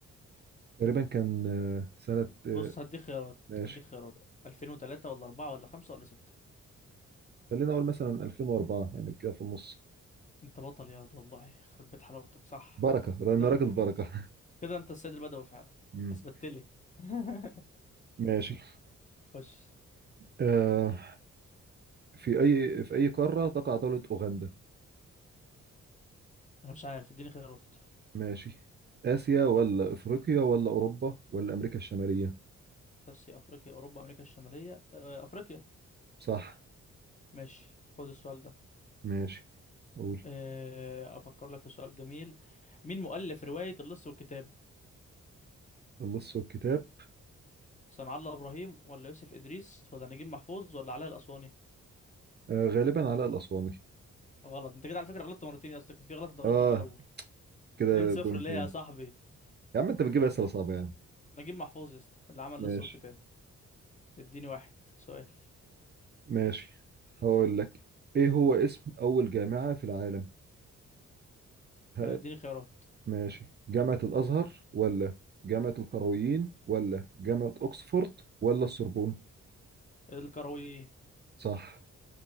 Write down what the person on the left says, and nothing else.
بص هديك خيارات
هديك خيارات 2003 ولا 4 ولا 5 ولا 6
انت بطل ياض والله يخرب بيت حلاوتك صح
ده-
كده انت السيد البدوي فعلا
اثبتت
لي <laughs>
خش
انا مش عارف اديني خيارات
اسيا افريقيا اوروبا امريكا الشماليه آه، افريقيا
ماشي خد السؤال ده
آه، افكر لك في سؤال جميل مين مؤلف روايه اللص والكتاب
صنع الله ابراهيم ولا يوسف ادريس ولا نجيب محفوظ ولا علاء الاسواني
غلط انت كده على فكره غلطت مرتين يا اسطى كان في غلط انت غلطته
في الاول
2 0
ليه يا صاحبي
نجيب محفوظ يا اسطى اللي عمل اللص
والكتاب اديني واحد سؤال
آه، اديني خيارات
الكرويين